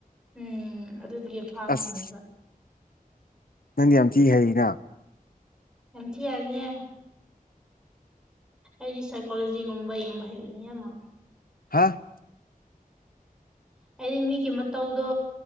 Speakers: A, in the centre; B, on the left.
A: ꯎꯝ ꯑꯗꯨꯗꯒꯤ ꯐꯥꯕ
B: ꯑꯁ
A: ꯉꯝꯃꯤꯕ
B: ꯅꯪꯗꯤ ꯌꯥꯝ ꯊꯤ ꯍꯩꯅ
A: ꯌꯥꯝ ꯊꯤ ꯍꯩꯕꯅꯦꯍꯦ ꯑꯩꯗꯤ ꯁꯥꯏꯀꯣꯂꯣꯖꯤꯒꯨꯝꯕ ꯌꯦꯡꯕ ꯍꯩꯕꯅꯦ ꯌꯥꯝꯅ
B: ꯍꯥꯥ
A: ꯍꯥꯏꯗꯤ ꯃꯤꯀꯤ ꯃꯇꯧꯗꯣ